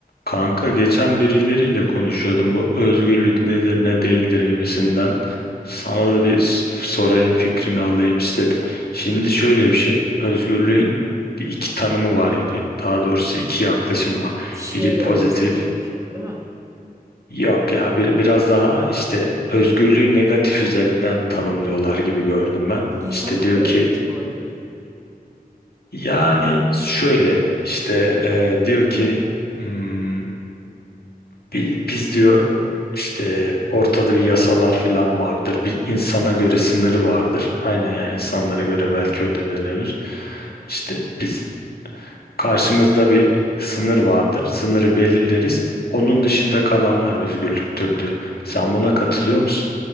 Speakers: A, on the left; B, on the right.
A: Kanka geçen birileriyle konuşuyordum bu özgürlük nedir ne değildir gibisinden. Sana da bir s- sorayım fikrini alayım istedim. Şimdi şöyle bir şey özgürlüğün bir iki tanımı var gibi daha doğrusu iki yaklaşım var.
B: Kişiye
A: Biri
B: göre
A: pozitif
B: özgürlük, değil mi?
A: yok ya biri biraz daha işte özgürlüğü negatif üzerinden tanımlıyorlar gibi gördüm ben.
B: İnsanlara
A: İşte diyor
B: göre
A: ki
B: negatif olabilir.
A: yani şöyle işte e, diyor ki "Hmm, Bir, biz diyor işte ortada bir yasalar falan vardır. Bir insana göre sınırı vardır. Aynen yani insanlara göre belki
B: Evet,
A: öyle denebilir. İşte biz karşımızda bir sınır vardır. Sınırı belirleriz. Onun dışında kalanlar özgürlüktür diyor. Sen buna katılıyor musun?